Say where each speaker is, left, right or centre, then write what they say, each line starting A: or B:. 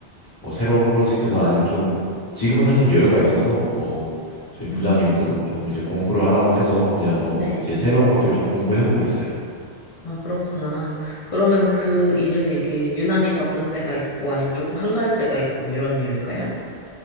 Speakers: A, on the left; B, on the left.
A: 뭐 새로운 프로젝트나 아니면 좀 지금은 살짝 여유가 있어서 뭐 저희 부장님도
B: 음,
A: 조금 이제 공부를 하라고 해서 그냥 뭐
B: 네.
A: 이제 새로운 것들 좀 공부해보고 있어요.
B: 아, 그렇구나. 그러면은 그 일은 이렇게 유난히 바쁜 때가 있고 아니면 조금 한가할 때가 있고 이런 일일까요?